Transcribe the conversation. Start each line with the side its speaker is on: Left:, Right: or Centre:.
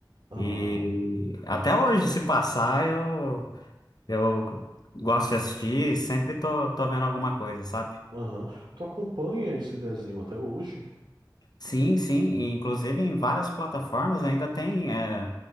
Right: Aham,
Left: E até hoje, se passar, eu. Eu gosto de assistir, sempre tô, tô vendo alguma coisa, sabe?
Right: aham. Tu acompanha esse desenho até hoje?
Left: Sim, sim, e inclusive em várias plataformas ainda tem é,